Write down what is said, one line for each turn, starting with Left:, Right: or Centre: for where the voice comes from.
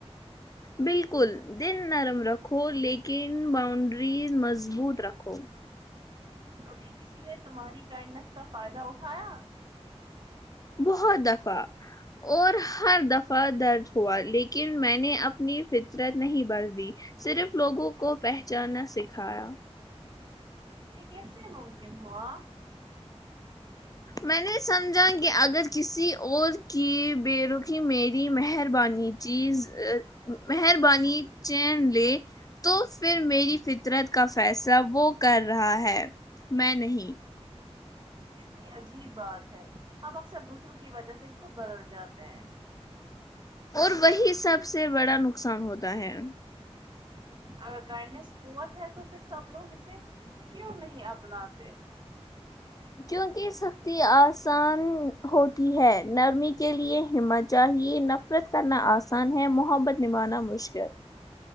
Left: بالکل دل نرم رکھو لیکن باؤنڈریز مضبوط رکھو
Right: کبھی کسی نے تمہاری کائنڈنیس کا فائدہ اٹھایا
Left: بہت دفا اور ہر دفعہ درد ہوا لیکن میں نے اپنی فطرت نہیں بدلی صرف لوگوں کو پہچانا سکھایا
Right: یہ کیسے ممکن ہوا
Left: میں نے سمجھا کہ اگر کسی اور کی بے رخی میری مہربانی چیز ا مہربانی چین لے تو پھر میری فطرت کا فیصلہ وہ کر رہا ہے میں نہیں
Right: کتنی عجیب بات ہے ہم اکثر دوسروں کی وجہ سے خود بدل جاتے ہیں
Left: اور وہی سب سے بڑا نقصان ہوتا ہے
Right: اگر کانڈنیس قوت ہے تو پھر سب لوگ اسے کیوں نہیں اپناتے
Left: کیونکہ سختی آسان ہوتی ہے نرمی کے لیے ہمت چاہیے نفرت کرنا آسان ہے محبت نبھانا مشکل